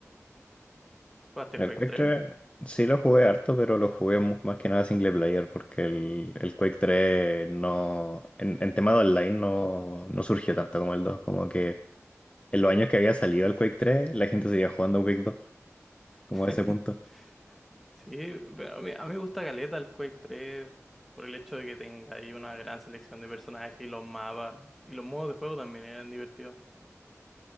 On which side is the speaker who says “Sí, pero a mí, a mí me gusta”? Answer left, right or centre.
Centre